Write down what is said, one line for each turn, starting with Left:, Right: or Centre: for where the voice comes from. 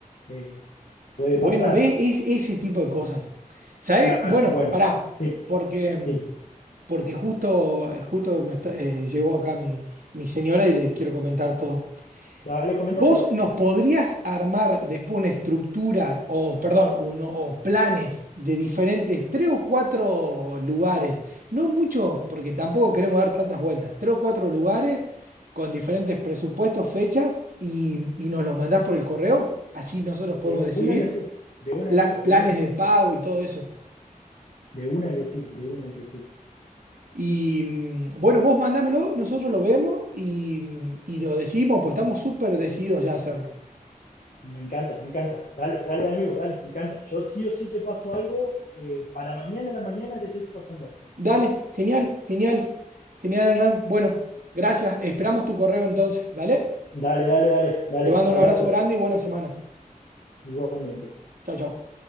Left: eh, puede
Right: Bueno,
Left: pasar.
Right: ve es, ese tipo de cosas. ¿Sabes?
Left: Claro,
Right: Bueno,
Left: bueno,
Right: pará,
Left: sí,
Right: porque, mm,
Left: sí.
Right: porque justo, justo me está- eh, llegó acá mi, mi señora y le quiero comentar todo.
Left: Dale, comentale.
Right: ¿Vos nos podrías armar después una estructura, o perdón, uno, o planes de diferentes, tres o cuatro lugares? No muchos, porque tampoco queremos dar tantas vueltas. Tres o cuatro lugares con diferentes presupuestos, fechas, y, y nos los mandás por el correo. Así nosotros podemos
Left: De
Right: decidir
Left: una que sí, de un
Right: pla-
Left: amigo, de
Right: planes
Left: una que sí,
Right: de
Left: amigo.
Right: pago y todo eso.
Left: De una que sí, de una que sí.
Right: Y mm, bueno, vos mandámelo, nosotros lo vemos y, mm, y lo decimos, pues estamos súper decididos ya a hacerlo.
Left: Me encanta, me encanta. Dale, dale, amigo, dale, me encanta. Yo sí o sí te paso algo. eh, para mañana a la mañana te estoy pasando algo.
Right: Dale, genial, genial, genial, Hernán. Bueno, gracias. Esperamos tu correo entonces. Dale.
Left: Dale, dale, dale, dale.
Right: Te mando
Left: Abrazo,
Right: un abrazo grande y buena semana.
Left: igualmente.
Right: Chao, chao.